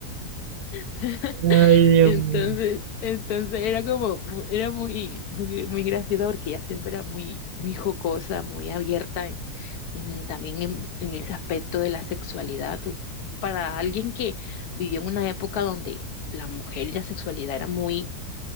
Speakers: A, on the left; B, on the right.
A: <laughs>
B: Ay, Dios
A: Entonces,
B: mío.
A: entonces era como, mu- era muy, muy, muy graciosa porque ella siempre era muy, muy jocosa, muy abierta en, en- también en, en ese aspecto de la sexualidad. Tú- Para alguien que vivió en una época donde la mujer y la sexualidad era muy,